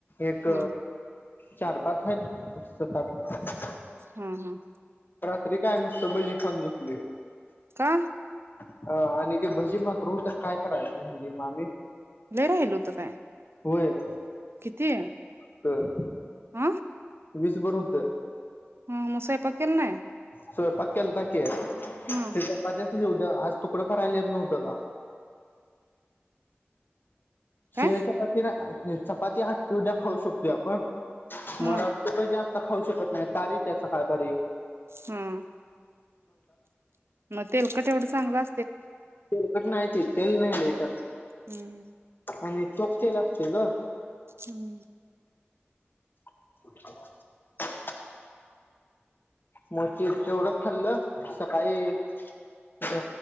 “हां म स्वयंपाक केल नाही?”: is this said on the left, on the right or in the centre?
Right